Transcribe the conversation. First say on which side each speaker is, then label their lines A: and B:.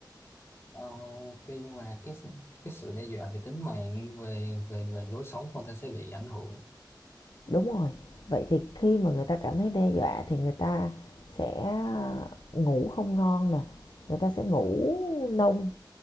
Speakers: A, on the left; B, on the left.
A: Ờ, khi mà cái s- cái sự đe dọa về tính mạng về về về lối sống của người ta sẽ bị ảnh hưởng
B: đúng rồi vậy thì khi mà người ta cảm thấy đe dọa thì người ta sẽ ngủ không ngon nè người ta sẽ ngủ nông